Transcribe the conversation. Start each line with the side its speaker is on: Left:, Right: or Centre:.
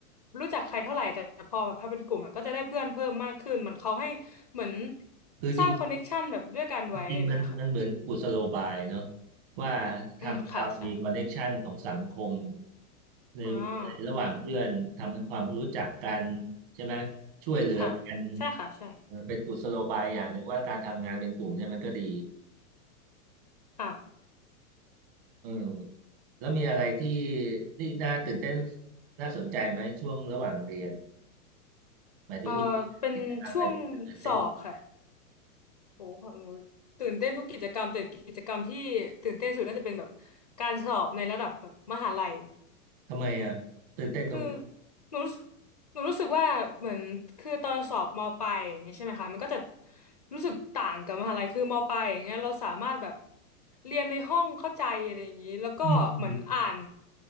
Left: รู้จักใครเท่าไหร่แต่พอแบบพอเป็นกลุ่มอะก็จะได้เพื่อนเพิ่มมากขึ้นมันเขาให้ เหมือน
Right: คือจริง
Left: สร้างคอนเนคชันแบบด้วยกันไว้อะไรเงี้ยค่ะ
Right: จริงมันมันเหมือนกุศโลบายเนอะว่าทำให้เรามีคอนเน
Left: อืม ค่ะใช่
Right: t ชันของสังคมในในระหว่างเพื่อนทำให้ความรู้จักกัน
Left: อ่า
Right: ใช่ไหมช่วยเหลือกัน
Left: ค่ะใช่ค่ะใช่
Right: เออเป็นกุศโลบายอย่างหนึ่งว่าการทำงานเป็นกลุ่มเนี่ยมันก็ดี
Left: ค่ะ
Right: เออแล้วมีอะไรที่ที่น่าตื่นเต้นน่าสนใจไหมช่วงระหว่างเรียนหมายถึงมี
Left: เอ่อเป็นช่วง
Right: กิจกรรมอะไรที่น่าตื่นเต้น
Left: สอบค่ะโหของหนูตื่นเต้นทุกกิจกรรม แต่กิจกรรมที่ตื่นเต้นสุดน่าจะเป็นแบบการสอบในระดับแบบมหาลัย
Right: ทำไมอ่ะตื่นเต้นตรงไหน
Left: คือหนูรู้สึกหนูรู้สึกว่าเหมือนคือตอนสอบมปลายอย่างเงี้ยใช่ไหมคะมันก็จะรู้สึกต่างกับมหาลัยคือมปลายอย่างเงี้ยเราสามารถแบบเรียนในห้องเข้าใจอะไรอย่างงี้แล้วก็เหมือนอ่าน
Right: อืมอืม